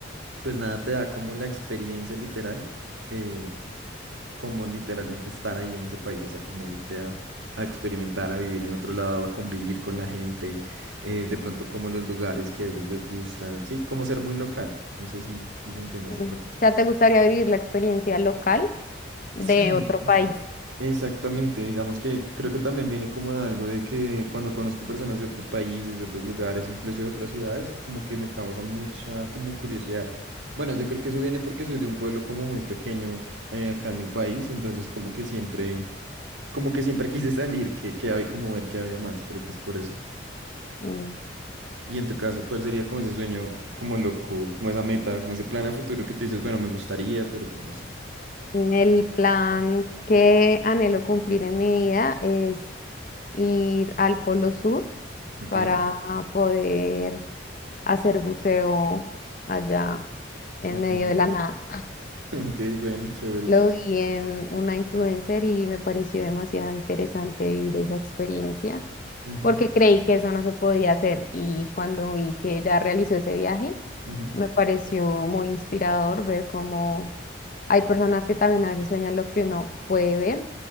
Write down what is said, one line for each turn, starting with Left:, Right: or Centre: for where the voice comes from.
Right: pues nada, te da como la experiencia literal, eh, como literalmente estar ahí en ese país, o sea, como irte a, a experimentar, a vivir en otro lado, a convivir con la gente, eh, de pronto como los lugares que a ellos les gustan, sí, como ser muy local, no sé si, si se entiende
Left: ujú.
Right: esa parte.
Left: O sea, ¿te gustaría vivir la experiencia local de
Right: Sí,
Left: otro país?
Right: Exactamente, digamos que creo que también viene como de algo de que cuando conozco personas de otros países, de otros lugares, incluso de otras ciudades, como que me causa mucha como curiosidad. Bueno, yo creo que eso viene porque soy de un pueblo como muy pequeño eh, acá en mi país, entonces como que siempre, como que siempre <laughs> quise salir, que, que hay como ver que había más, creo que es por eso.
Left: Mm,
Right: Y en tu caso, ¿cuál sería como ese sueño, como loco, como esa meta, como ese plan a futuro que tú dices, bueno, me gustaría, pero pues no sé.
Left: El plan que anhelo cumplir en mi vida es ir al Polo Sur
Right: Ok.
Left: para poder hacer buceo allá en
Right: Ok,
Left: medio
Right: <laughs>
Left: de la nada. <laughs>
Right: ok, bueno, chévere,
Left: Lo
Right: chévere.
Left: vi en una influencer y me pareció demasiado interesante vivir esa experiencia
Right: Ujú,
Left: porque creí que eso no se podía hacer y cuando vi que ella realizó ese viaje,
Right: ujú.
Left: me pareció muy inspirador ver cómo hay personas que también a veces sueñan lo que uno puede ver